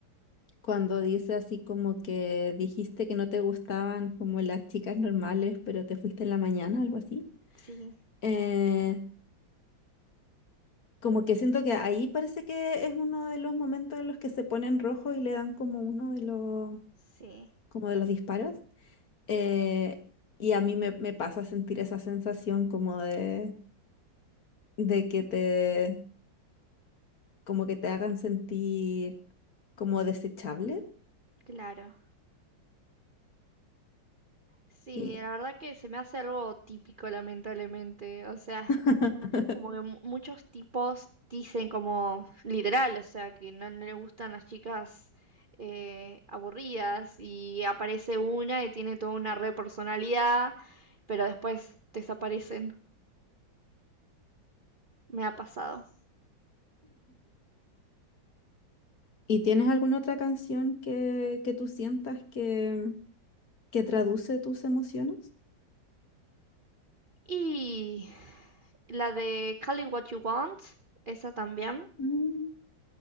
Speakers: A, on the left; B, on the right.
A: Cuando dice así como que dijiste que no te gustaban como las chicas normales, pero te fuiste en la mañana, algo así.
B: Sí,
A: Eh, como que siento que ahí parece que es uno de los momentos en los que se ponen rojo y le dan como uno de los,
B: sí,
A: como de los disparos. Eh, y a mí me, me pasa sentir esa sensación como de, de que te, como que te hagan sentir como desechable.
B: claro. Sí,
A: sí.
B: la verdad que se me hace algo típico, lamentablemente. O sea,
A: <laughs>
B: como que mu- muchos tipos dicen como literal, o sea, que no, no les gustan las chicas eh, aburridas y aparece una y tiene toda una re personalidad, pero después desaparecen. me ha pasado.
A: ¿Y tienes alguna otra canción que, que tú sientas que ¿Qué traduce tus emociones?
B: Y la de Call It What You Want, esa también.
A: Mm.